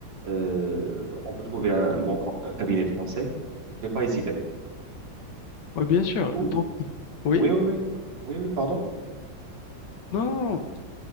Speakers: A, on the right; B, on the left.
A: euh, on peut trouver un bon con- euh, cabinet de conseil. Je vais pas hésiter.
B: Oui, bien sûr.
A: Du coup,
B: Donc, oui?
A: oui, oui, oui, oui, oui, pardon.
B: Non, non, non,